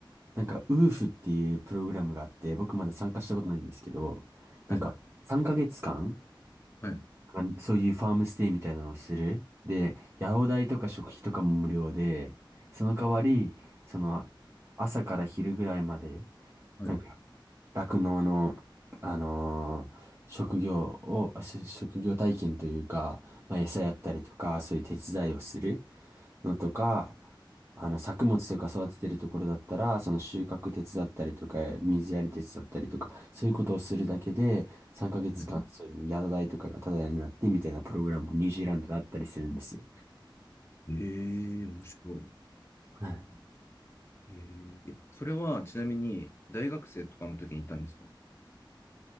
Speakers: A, on the right; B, on the left.
A: なんか、ウーフっていうプログラムがあって、僕まだ参加したことないんですけど、なんか、
B: い、
A: 3ヶ月間
B: はい、
A: あ、そういうファームステイみたいなのをする。で、野郎代とか食費とかも無料で、その代わり、その、朝から昼ぐらいまで、
B: はい。
A: なんか酪農の、あのー職業を、あし職業体験というか、まあ、餌やったりとか、そういう手伝いをするのとか、あの、作物とか育ててるところだったら、その収穫手伝ったりとか、水やり手伝ったりとか、そういうことをするだけで、3ヶ月間、
B: はい
A: そういう宿代とかがタダになってみたいなプログラムもニュージーランドであったりするんですよ。
B: えー、面白い。
A: はい。
B: えー、え、それはちなみに大学生とかの時に行ったんですか